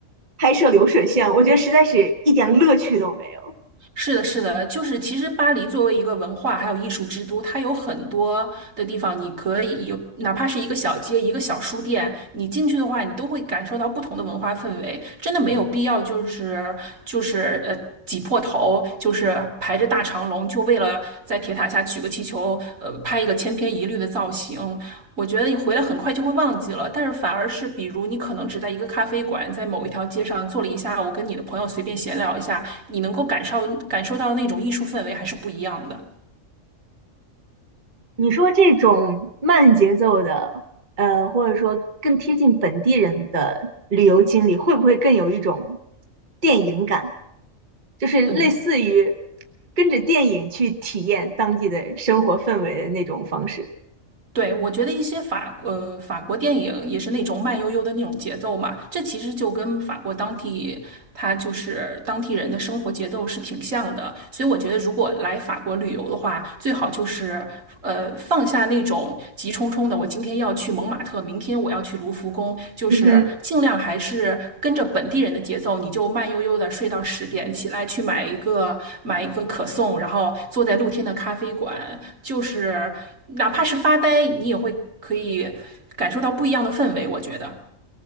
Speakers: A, on the right (about 35°); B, on the right (about 70°).
A: 拍摄流水线，我觉得实在是一点乐趣都没有。
B: 是的，是的，就是其实巴黎作为一个文化还有艺术之都，它有很多的地方，你可以有哪怕是一个小街、一个小书店，你进去的话，你都会感受到不同的文化氛围。真的没有必要，就是就是呃挤破头，就是排着大。大长龙，就为了在铁塔下举个气球，呃，拍一个千篇一律的造型。我觉得你回来很快就会忘记了，但是反而是，比如你可能只在一个咖啡馆，在某一条街上坐了一下午，跟你的朋友随便闲聊一下，你能够感受感受到那种艺术氛围还是不一样的。
A: 你说这种慢节奏的，呃，或者说更贴近本地人的旅游经历，会不会更有一种电影感？就是类似于
B: 嗯，
A: 跟着电影去体验当地的生活氛围的那种方式。
B: 对，我觉得一些法呃法国电影也是那种慢悠悠的那种节奏嘛，这其实就跟法国当地它就是当地人的生活节奏是挺像的，所以我觉得如果来法国旅游的话，最好就是呃放下那种急冲冲的，我今天要去蒙马特，明天我要去卢浮宫，就是尽量还是跟着本地人的节奏，
A: 嗯哼，
B: 你就慢悠悠的睡到十点，起来去买一个买一个可颂，然后坐在露天的咖啡馆，就是哪怕是发呆，你也会可以感受到不一样的氛围，我觉得。